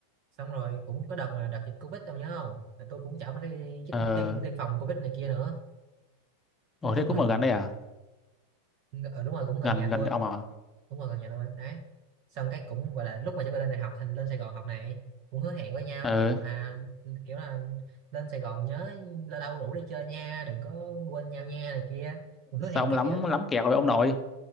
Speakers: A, on the right; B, on the left.
A: xong rồi cũng có đợt mà đợt dịch covid tao nhớ không là tôi cũng chở bạn ấy đi chích
B: ờ
A: tiêm tiêm phòng covid này kia nữa
B: ồ
A: nói
B: thế
A: chung
B: cũng
A: là
B: ở gần đây à
A: ở đúng rồi cũng gần
B: gần
A: nhà
B: gần
A: tôi
B: nhà ông à
A: đúng rồi gần nhà tôi đấy xong cái cũng gọi là lúc mà chúng ta lên đại học thành lên Sài Gòn học này cũng hứa hẹn với nhau
B: ờ
A: kiểu à kiểu là lên Sài Gòn nhớ lâu lâu rủ đi chơi nha đừng có quên nhau nha này kia cũng hứa
B: sao
A: hẹn
B: ông
A: các
B: lắm
A: kiểu vậy
B: lắm
A: đó
B: kẹo với ông nội